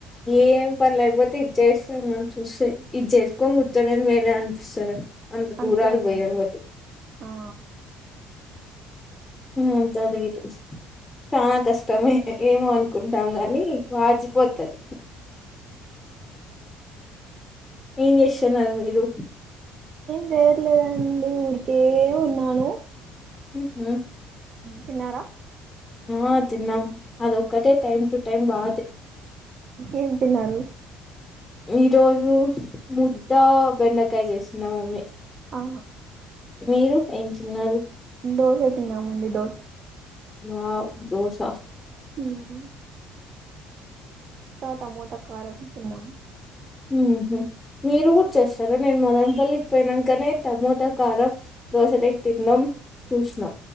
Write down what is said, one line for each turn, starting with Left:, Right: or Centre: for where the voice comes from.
Left: ఏం పని లేకపోతే ఇది చేస్తాను అని చూస్తే ఇది చేసుకొని కూర్చొనేది మేలే అనిపిస్తుంది. అంత దూరాల్
Right: అంతేలేండి
Left: బోయి అరువతు
Right: ఆ
Left: అంత అదిగ చాలా కష్టమే ఏమో అనుకుంటాం గాని వాచిపోతది ఏం జేస్తున్నారు మీరు
Right: పేర్లేదండి ఊరికే ఉన్నాను
Left: హ
Right: తిన్నారా
Left: ఆ తిన్నాం అదొక్కటే టైమ్ టు టైమ్ బా
Right: ఏం తిన్నారు
Left: ఈ రోజు ముద్ద బెండకాయ చేసినాం మా మమ్మీ
Right: ఆ
Left: మీరు ఏం తిన్నారు
Right: దోశ తిన్నామండి దోశ
Left: వావ్ దోస
Right: ఉమ్ టమోట కారం తిన్నాము
Left: హ్ మీరు కూడా చేస్తార నేను మదనపల్లికి పోయినాంకనే టమోటా కారం దోశలకి తినడం చూసిన